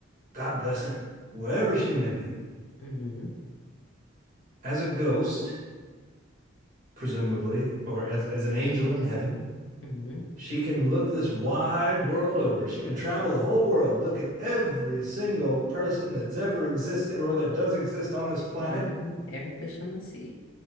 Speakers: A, on the right; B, on the left.
A: God bless her, wherever she may be.
B: hmm
A: As a ghost, presumably, or as as an angel in heaven
B: hmm
A: She can look this wide world over. She can travel the whole world, look at every single person that's ever existed or that does exist on this planet.
B: hmm Every fish on the sea.